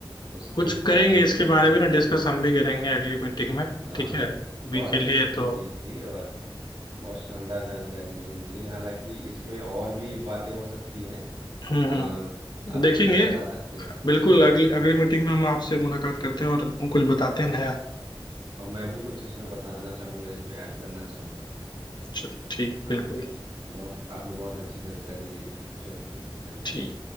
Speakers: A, on the right; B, on the left.
A: उसके
B: कुछ
A: हिसाब
B: करेंगे
A: से मैं
B: इसके
A: इस
B: बारे
A: पे देखता
B: में ना डिस्कस
A: हूँ
B: हम भी करेंगे अगली मीटिंग में
A: हाँ
B: ठीक है अभी
A: बहुत
B: के लिए
A: इंटरेस्टिंग
B: तो
A: चीज़ थी और बहुत शानदार जानकारी मुझे मिली हालांकि इसमें और भी बातें हो सकती हैं
B: हम्म
A: अ,
B: हम्म
A: आप
B: देखेंगे
A: मुझे बता सकते हैं
B: बिल्कुल अगली अगली मीटिंग में हम आपसे मुलाकात करते हैं और कुछ बताते हैं नया
A: और मैं भी कुछ इसमें बताना चाहूँगा इसमें ऐड करना चाहूँगा
B: अच्छा ठीक
A: आप
B: बिल्कुल
A: बहुत आपने बहुत अच्छी जानकारी शेयर की धन्यवाद
B: ठीक